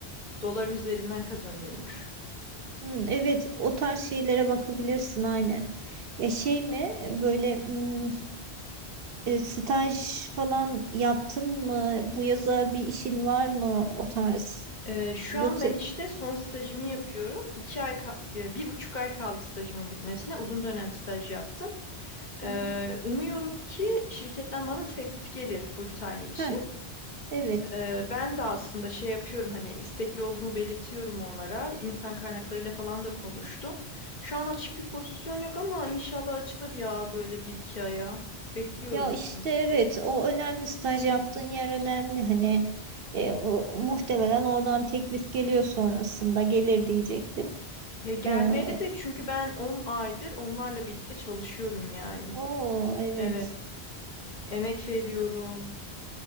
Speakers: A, on the left; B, on the right.
A: Dolar üzerinden kazanıyormuş.
B: Hmm, evet o tarz şeylere bakabilirsin aynen. Ya şey mi e, böyle hmm, E, staj falan yaptın mı? Bu yaza bir işin var mı o tarz?
A: Ee, şu
B: Yoksa
A: an ben işte son stajımı yapıyorum. İki ay, ka- e, bir buçuk ay kaldı stajımın bitmesine. Uzun dönem staj yaptım.
B: Hı
A: Ee,
B: hı.
A: umuyorum ki şirketten bana teklif gelir full time için.
B: Heh, evet.
A: Ee, ben de aslında şey yapıyorum hani istekli olduğumu belirtiyorum onlara. İnsan kaynaklarıyla falan da konuştum. Şu an açık bir pozisyon yok ama inşallah açılır ya böyle bir iki aya. Bekliyorum.
B: Ya işte evet o önemli staj yaptığın yer önemli hani E, o- muhtemelen oradan teklif geliyor sonrasında gelir diyecektim.
A: Ya gelmeli
B: E,
A: de çünkü ben 10 aydır onlarla birlikte çalışıyorum yani.
B: o evet.
A: Evet. Emek veriyorum.